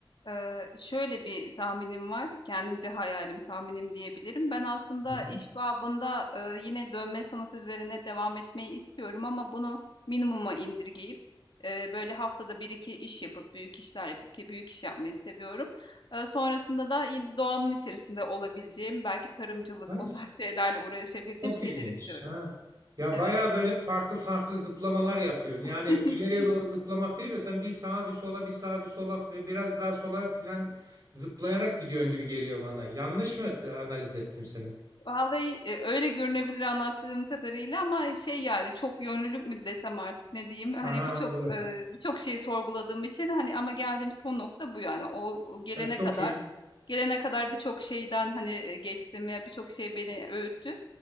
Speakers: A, on the left (about 60°); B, on the right (about 45°).
A: Eee, şöyle bir tahminim var, kendimce hayalim, tahminim diyebilirim. Ben aslında
B: Hı
A: iş babında, eee, yine dövme sanatı üzerine devam etmeyi istiyorum ama bunu minimuma indirgeyip, eee, böyle haftada bir iki iş yapıp, büyük işler yapıp ki büyük iş yapmayı seviyorum. Eee, sonrasında da yine doğanın içerisinde olabileceğim, belki tarımcılık,
B: Nice.
A: o tarz <laughs> şeylerle uğraşabileceğim
B: Çok
A: şeyler
B: ilginç.
A: istiyorum.
B: Ha. Ya
A: Evet.
B: baya böyle farklı farklı zıplamalar yapıyorsun. Yani
A: <laughs>
B: ileriye doğru zıplamak değil de sen bir sağa bir sola bir sağa bir sola ve biraz daha sola filan zıplayarak gidiyorsun gibi geliyor bana. Yanlış mı analiz ettim seni?
A: Vallahi e, öyle görünebilir anlattığım kadarıyla ama şey yani çok yönlülük mü desem artık ne diyeyim hani
B: Aha,
A: birçok
B: anladım.
A: e, birçok şeyi sorguladığım için hani ama geldiğim son nokta bu yani o o gelene
B: E, çok
A: kadar
B: iyi.
A: gelene kadar birçok şeyden hani e, geçtim ya birçok şey beni öğüttü.